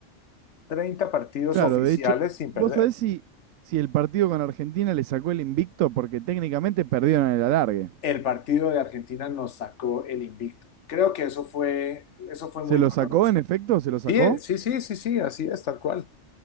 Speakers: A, on the left; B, on the right.
A: 30 partidos
B: Claro,
A: oficiales
B: de hecho,
A: sin
B: ¿vos
A: perder.
B: sabés si, si el partido con Argentina le sacó el invicto? Porque técnicamente perdieron el alargue.
A: El partido de Argentina nos sacó el invicto. Creo que eso fue, eso fue
B: ¿Se
A: muy
B: lo
A: doloroso.
B: sacó en efecto? ¿Se lo
A: Sí,
B: sacó?
A: sí, sí, sí, sí, así es, tal cual.